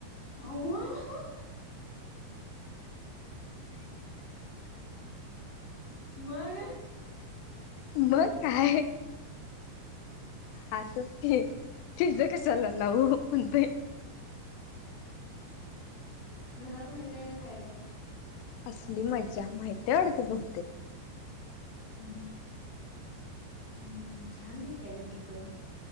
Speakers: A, on the left (about 55°); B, on the left (about 80°).
A: हो मग
B: मग काय असंच की शिझ कसाला नावऊ म्हते
A: घरात माहित आहे का काय का
B: असली मज्जा माहिती तेवढं बघ
A: हम्म हम्म हम्म छान दिसते अ ग ती पण